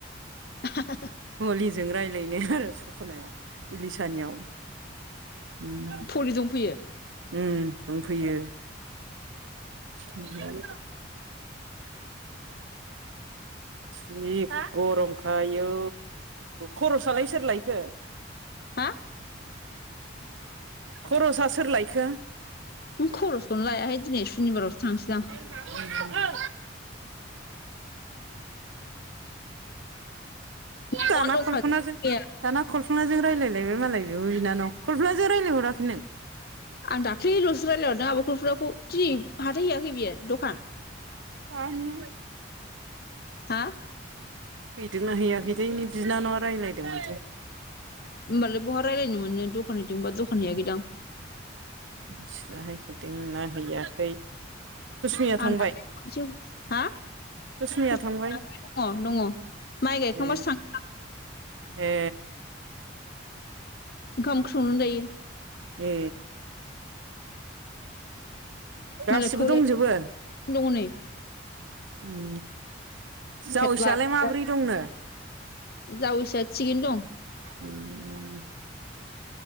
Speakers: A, on the left; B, on the right.
A: <unintelligible>
B: मुलिजों रायलायनो आरो सफ'नाया इलिसानियाव ओम
A: सफलि दंफैयो
B: उम दंफैयो <unintelligible> जि गरमखा आयौ खर'सालाय सोरलायखो
A: हा
B: खरसा सोर लायखो?
A: <unintelligible> खरसखौनो लायाहाय दिनै सुनिबारावो थांसै आं
B: <unintelligible>
A: मेगन
B: दाना
A: दंखाजोबो
B: कल्पनाजों
A: मैया
B: दाना कलफनाजों रायलायलायबाय मालाय बिब' बिनानाव कलफनाजों रायलायहराखै नों
A: आं दाख्लैल'सो रायलायहरदों आब' खलफनाखौ दिनै हाथाय हैैयाखै बियो दखान
B: <unintelligible>
A: हा?
B: हैदोंना हैैयाखै थाय नै बिनानावा रायलायदों माथो
A: होमबालाय बहा रायलायनो मोननो दखान हैदोंबा दखान हैयाखै दां
B: मिथिलाहाय हैदों ना हैयाखै। कुसमिया
A: आं
B: थांबाय
A: दाख्लै खनसेयाव हा
B: कुसमिया
A: <unintelligible>
B: थांबाय
A: दङ दङ माइ गायखांबासो
B: ए
A: थां
B: ए
A: ओंखाम ओंख्रि संनानै जायो।
B: ए गासिबो
A: मालाय खौलायगासिनो
B: दंजोबो
A: दङ नै
B: उम जावैसोआलाय
A: फेथ्ला फेथ्ला
B: माबोरै दंनो
A: जावैसोआ थिगैनो दं।
B: उम